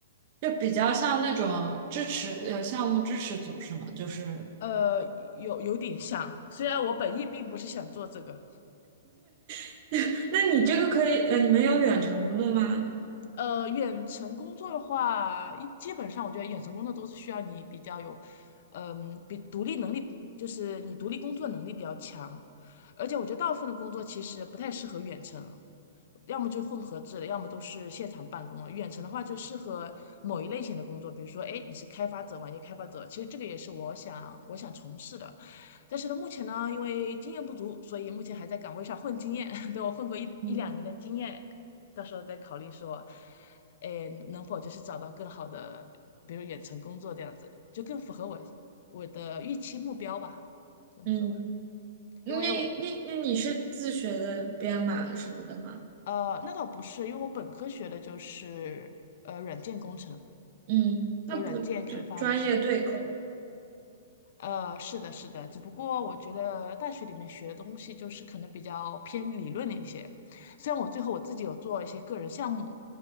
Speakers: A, on the right (about 45°); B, on the left (about 60°).
A: 就比较像那种支持呃项目支持组是吗？就是，
B: 呃，有有点像，虽然我本意并不是想做这个，
A: <laughs> 那你这个可以呃，你们有远程工作吗？
B: 呃，远程工作的话，一基本上我觉得远程工作都是需要你比较有，嗯，比独立能力，就是你独立工作能力比较强，而且我觉得大部分的工作其实不太适合远程，要么就混合制的，要么都是现场办公了。远程的话就适合某一类型的工作，比如说，哎，你是开发者，网页开发者，其实这个也是我想我想从事的。但是呢，目前呢，因为经验不足，所以目前还在岗位上混经验，<laughs> 等我混过一一两年的经验，
A: 嗯
B: 到时候再考虑说，哎，能否就是找到更好的，比如远程工作这样子，就更符合我我的预期目标吧，这么说吧。
A: 嗯。那那那你是自学的编码什么的吗？
B: 因为我呃，那倒不是，因为我本科学的就是呃软件工程，
A: 嗯，那不就专业对口？
B: 就软件开发那些。呃，是的，是的，只不过我觉得大学里面学的东西就是可能比较偏理论的一些。虽然我最后我自己有做一些个人项目，